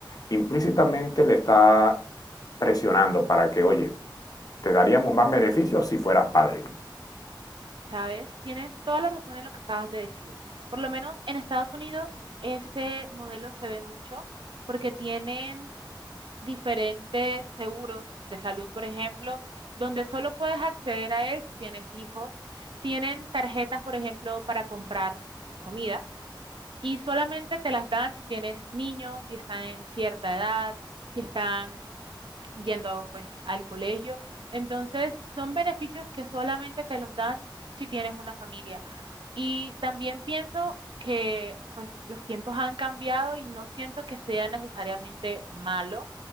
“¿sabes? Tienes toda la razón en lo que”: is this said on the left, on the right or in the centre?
Right